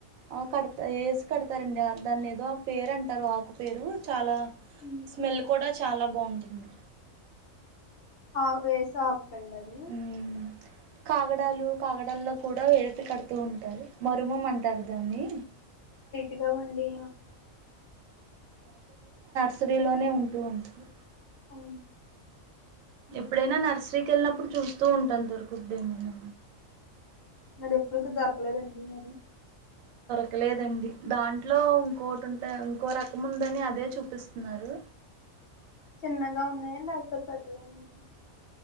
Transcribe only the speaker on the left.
ఉమ్.
ఆ వేసే ఆకండి అది
ఇగా ఉంది
అఓ
అదెప్పుడుకి దొరకలేదండి మరి
చిన్నగా ఉన్నాయ లేక్పోతే పెద్దగా ఉన్నా